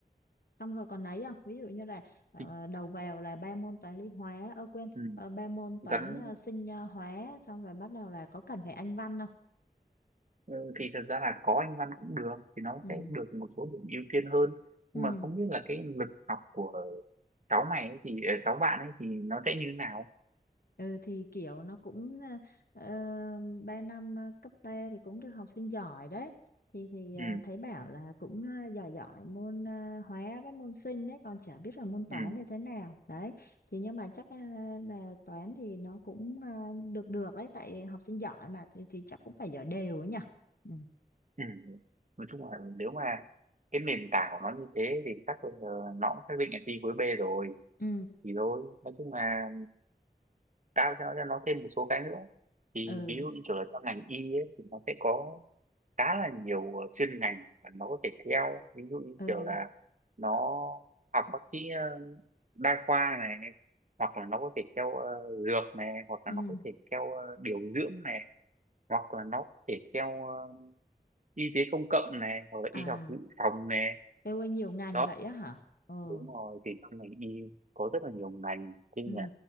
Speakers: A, on the left; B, on the right.
A: xong rồi còn ấy không ví dụ như là ờ,
B: thì,
A: đầu vào là ba môn toán lý hóa ơ quên
B: ừ.
A: ờ, ba môn
B: Gắn,
A: toán ờ, sinh ờ, hóa xong rồi bắt đầu là có cần phải anh văn không
B: ừ, thì thật ra là có anh văn cũng được thì nó
A: ừ
B: sẽ được một số điểm ưu tiên hơn
A: ừ
B: nhưng mà không biết là cái lực học của cháu mày ấy thì ờ, cháu bạn ấy thì nó sẽ như thế nào
A: ừ thì kiểu nó cũng ờ, 3 năm ờ, cấp 3 thì cũng được học sinh giỏi đấy thì thì ờ,
B: ừ.
A: thấy bảo là cũng ờ, giỏi giỏi môn ờ, hóa với môn sinh đấy còn chả biết là môn toán
B: Ừ.
A: như thế nào đấy thì nhưng mà chắc ờ, là toán thì nó cũng ờ, được được đấy tại học sinh giỏi mà thì, thì chắc cũng phải giỏi đều ấy nhỉ ừ
B: Ừ. nói chung là nếu mà cái nền tảng của nó như thế thì chắc là ờ, nó cũng xác định là thi khối B rồi
A: ừ
B: thì thôi nói chung là cao cho nó cho nó thêm một số cái nữa thì
A: ừ
B: ví dụ như kiểu là trong ngành y ấy, thì nó sẽ có khá là nhiều ờ, chuyên ngành mà nó có thể theo ví dụ như
A: ừ
B: kiểu là nó học bác sĩ ờ, đa khoa này hoặc là nó có thể theo ờ, dược này hoặc là
A: ừ.
B: nó có thể theo ờ, điều dưỡng này hoặc là nó có thể theo ờ, y tế công cộng này hoặc là
A: à
B: y học dự phòng này
A: yêu ơi, nhiều ngành
B: đó
A: vậy á hả Ồ,
B: đúng rồi thì trong ngành y có rất là nhiều ngành thế nhưng
A: ừ
B: mà